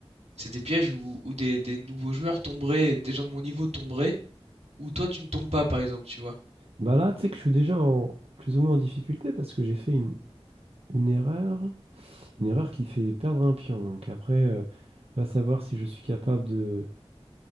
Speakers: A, on the right (about 90°); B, on the right (about 65°).
A: c'est des pièges où, où des, des nouveaux joueurs tomberaient, des gens de mon niveau tomberaient, où toi tu ne tombes pas par exemple, tu vois.
B: Bah là, tu sais que je suis déjà en, plus ou moins en difficulté parce que j'ai fait une, une erreur. Une erreur qui fait perdre un pion. Donc après, euh, va savoir si je suis capable de,